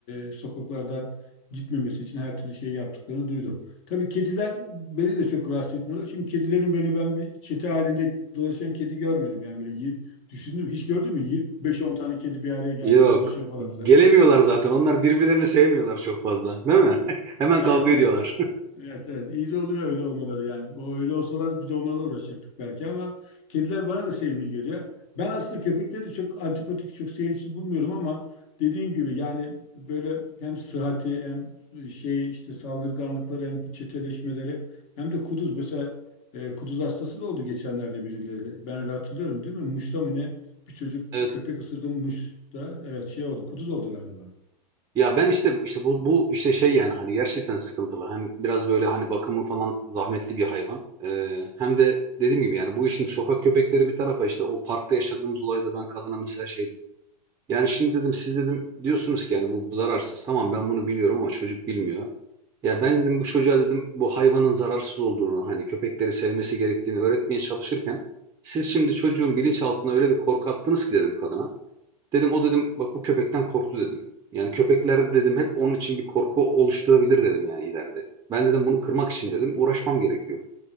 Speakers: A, on the left; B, on the right.
A: e, sokaklardan gitmemesi için her türlü şeyi yaptıklarını duydum. Tabii kediler beni de çok rahatsız etmiyorlar. Çünkü kedilerin böyle ben bir çete halinde dolaşan kedi görmedim. Yani böyle yi- düşündüm. Hiç gördün mü? Yi- 5-10 tane kedi bir araya gelmiş
B: Yok.
A: dolaşıyor falan filan.
B: Gelemiyorlar zaten. Onlar birbirlerini sevmiyorlar çok fazla. Değil mi? <laughs> Hemen
A: Evet
B: kavga
A: evet.
B: ediyorlar.
A: Evet evet iyi de oluyor öyle olmaları yani. O öyle olsalardı biz de onlarla uğraşacaktık belki ama kediler bana da sevimli geliyor. Ben aslında köpekleri de çok antipatik, çok sevimsiz bulmuyorum ama dediğim gibi yani böyle hem sıhhati hem şey işte saldırganlıkları hem bu çeteleşmeleri hem de kuduz mesela e, kuduz hastası da oldu geçenlerde birileri. Ben öyle hatırlıyorum değil mi? Muş'ta mı ne? Bir çocuk
B: <laughs>
A: köpek ısırdı mı Muş'ta evet şey oldu kuduz oldu galiba.
B: Ya ben işte işte bu bu işte şey yani hani gerçekten sıkıntılı. Hem biraz böyle hani bakımı falan zahmetli bir hayvan. Ee, hem de dediğim gibi yani bu işin sokak köpekleri bir tarafa işte o parkta yaşadığımız olayda ben kadına mesela şey dedim. Yani şimdi dedim siz dedim diyorsunuz ki yani bu zararsız. Tamam ben bunu biliyorum ama çocuk bilmiyor. Ya ben dedim bu çocuğa dedim bu hayvanın zararsız olduğunu hani köpekleri sevmesi gerektiğini öğretmeye çalışırken siz şimdi çocuğun bilinçaltına öyle bir korku attınız ki dedim kadına. Dedim o dedim bak bu köpekten korktu dedim. Yani köpekler dedim hep onun için bir korku oluşturabilir dedim yani ileride. Ben dedim bunu kırmak için dedim uğraşmam gerekiyor.